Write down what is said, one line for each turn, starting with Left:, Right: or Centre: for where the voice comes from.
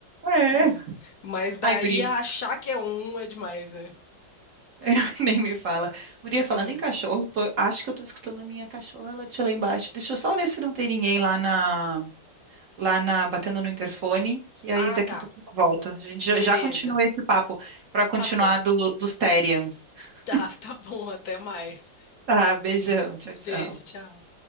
Right: É.
Left: É. Mas daí
Right: Ai, guria,
Left: achar que é um é demais, né?
Right: <laughs> nem me fala. Guria, falando
Left: É.
Right: em cachorro, eu tô- acho que eu tô escutando a minha cachorra latir lá embaixo. Deixa eu só ver se não tem ninguém lá na, lá na, batendo no interfone, que aí
Left: Ah,
Right: daqui
Left: tá.
Right: a pouquinho eu volto. A gente
Left: Beleza.
Right: já, já continua esse papo para continuar
Left: Tá bom.
Right: do,
Left: <laughs>
Right: dos Therians. <laughs>
Left: Tá, tá bom. Até mais.
Right: Tá, beijão, tchau, tchau.
Left: Beijo, tchau.